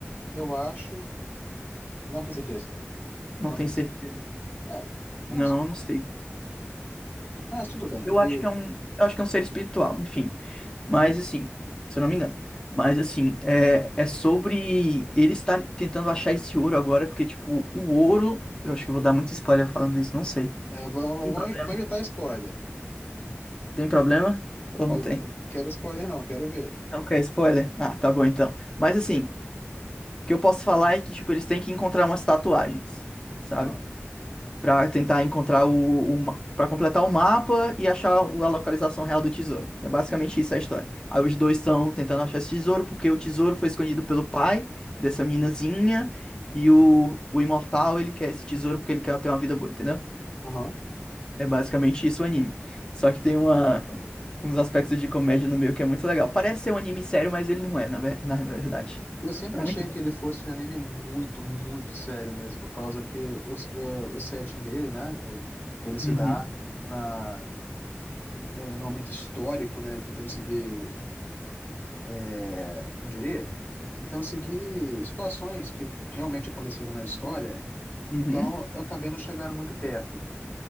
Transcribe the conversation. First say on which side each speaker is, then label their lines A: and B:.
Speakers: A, on the left; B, on the left.
A: eu acho. Não tenho certeza.
B: Não
A: Não
B: tenho
A: tenho.
B: certeza.
A: É. Mas,
B: Não, eu não sei.
A: mas tudo bem.
B: Eu
A: E,
B: acho que é um, eu acho que é um ser espiritual, enfim.
A: uhum.
B: Mas assim, se eu não me engano. Mas assim, é, é sobre ele estar tentando achar esse ouro agora, porque, tipo, o ouro. Eu acho que eu vou dar muito spoiler falando isso, não sei.
A: É, vou, vou,
B: Tem
A: vou
B: problema?
A: vou inventar spoiler.
B: Tem problema? Ou
A: Eu
B: não tem?
A: eu quero spoiler, não, eu quero ver.
B: Não quer spoiler? Ah, tá bom então. Mas assim, o que eu posso falar é que, tipo, eles têm que encontrar umas tatuagens, sabe?
A: Ah,
B: para tentar encontrar o, para completar o mapa e achar o- a localização real do tesouro. É basicamente isso a história. Aí os dois estão tentando achar esse tesouro porque o tesouro foi escondido pelo pai dessa meninazinha e o, o imortal ele quer esse tesouro porque ele quer ter uma vida boa, entendeu?
A: aham.
B: É basicamente isso o anime. Só que tem uma uns aspectos de comédia no meio que é muito legal. Parece ser um anime sério, mas ele não é, na, ver- na verdade.
A: Eu sempre
B: É
A: achei
B: muito bom.
A: que ele fosse um anime muito, muito sério mesmo, por causa que o, é, o setting dele, né? o- ele se
B: Uhum,
A: dá na, é, no momento histórico, né? Ele tá tentando seguir. É, como diria? Tentando seguir situações que realmente aconteceram na história.
B: uhum.
A: Então, eu acabei não chegando muito perto.